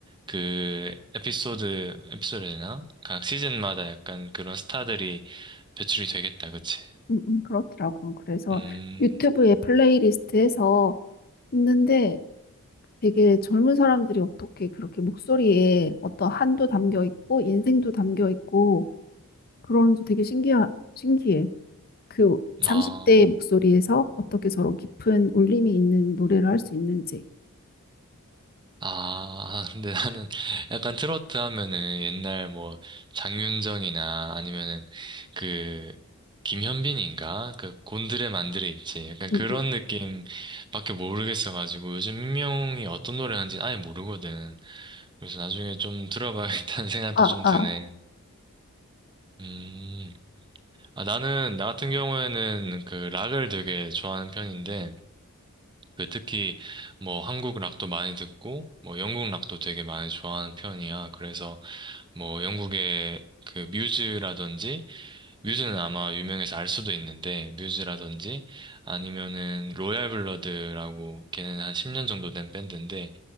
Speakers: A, on the right; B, on the left.
A: 그, 에피소드, 에피소드 되나? 각 시즌마다 약간 그런 스타들이 배출이 되겠다, 그치?
B: 음, 음, 그렇더라고. 그래서
A: 음,
B: 유튜브에 플레이리스트에서 있는데 되게 젊은 사람들이 어떻게 그렇게 목소리에 어떤 한도 담겨 있고 인생도 담겨 있고 그러는지 되게 신기하, 신기해. 그 30대의
A: 아,
B: 목소리에서 어떻게 저런 깊은 울림이 있는 노래를 할 수 있는지.
A: 아, <laughs> 아, 근데 나는 약간 트로트 하면은 옛날 뭐 장윤정이나 아니면은 그 김현빈인가? 그 곤드레 만드레 있지. 약간
B: 음,
A: 그런
B: 음.
A: 느낌밖에 모르겠어가지고 요즘 민명이 어떤 노래 하는지 아예 모르거든. 그래서 나중에 좀 들어봐야겠다는 <laughs> 생각도
B: 아,
A: 좀
B: 아.
A: 드네. 음, 아, 나는, 나 같은 경우에는 그 락을 되게 좋아하는 편인데, 그 특히 뭐 한국 락도 많이 듣고 뭐 영국 락도 되게 많이 좋아하는 편이야. 그래서 뭐 영국의 그 뮤즈라든지 뮤즈는 아마 유명해서 알 수도 있는데 뮤즈라든지 아니면은 로얄 블러드라고 걔는 한 10년 정도 된 밴드인데